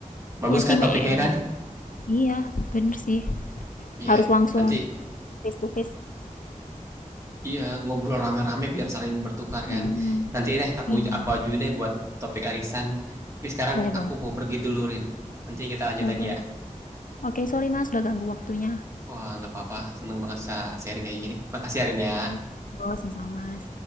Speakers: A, on the right; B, on the left.
A: bagus
B: Ya sih,
A: kan
B: Me.
A: topiknya kan
B: Iya, bener sih.
A: Iya
B: Harus langsung
A: Nanti
B: face to face.
A: Iya, ngobrol rame-rame biar saling bertukar
B: Mm-mm.
A: kan. Nanti deh aku
B: Iya.
A: aku ajuin deh buat topik arisan. Tapi sekarang
B: Boleh boleh.
A: aku mau pergi dulu, Rin. Nanti kita lanjut
B: Boleh
A: lagi
B: boleh
A: ya.
B: mas. Oke, okay, sorry mas, udah ganggu waktunya.
A: Wah, nggak apa-apa. Seneng banget bisa sharing kayak gini. Makasih, ya, Rin ya.
B: Iya. Yo, sama-sama mas.